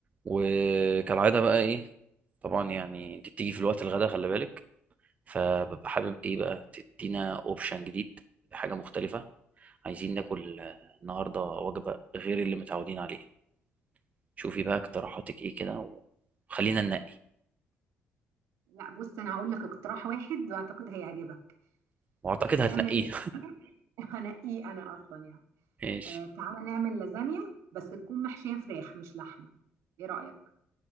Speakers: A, on the right; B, on the right.
A: وكالعادة بقى ايه طبعا يعني انت بتيجي في الوقت الغدا خلي بالك فببقى حابب ايه بقى تدينا اوبشن جديد حاجة مختلفة عايزين ناكل آه، النهاردة وجبة غير اللي متعودين عليه شوفي بقى اقتراحاتك ايه كده وخلينا ننقي
B: لا بص انا هقول لك اقتراح واحد واعتقد هيعجبك
A: واعتقد هتنقيه
B: اعمل <laughs> هنقيه انا اصلا يعني
A: <laughs> ماشي
B: آه تعالى نعمل لازانيا بس تكون محشيه فراخ مش لحمه ايه رايك